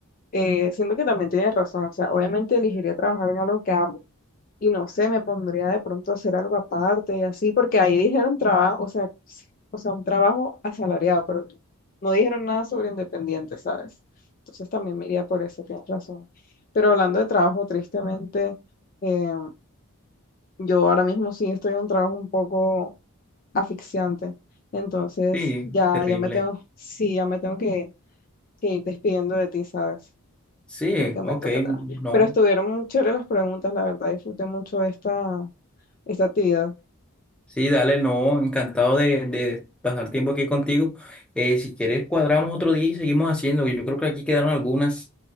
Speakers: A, on the left (about 40°); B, in the centre.
A: eh, siento que también tienes razón. O sea, obviamente elegiría trabajar en algo que amo y no sé, me pondría de pronto a hacer algo aparte y así, porque ahí dijeron trabajo, o sea, sí, o sea, un trabajo asalariado, pero tú- no dijeron nada sobre independiente, ¿sabes? Entonces también me iría por eso, tienes razón. Pero hablando de trabajo, tristemente, eh, yo ahora mismo sí estoy en un trabajo un poco asfixiante. Entonces,
B: Sí,
A: ya,
B: terrible.
A: ya me tengo, sí, ya me tengo que, que ir despidiendo de ti, ¿sabes?
B: Sí,
A: Porque me
B: ok,
A: toca atrás.
B: no.
A: Pero estuvieron muy chéveres las preguntas, la verdad, disfruté mucho esta, esta actividad.
B: Sí, dale, no, encantado de, de pasar tiempo aquí contigo. Eh, si quieres, cuadramos otro día y seguimos haciendo. Yo creo que aquí quedaron algunas.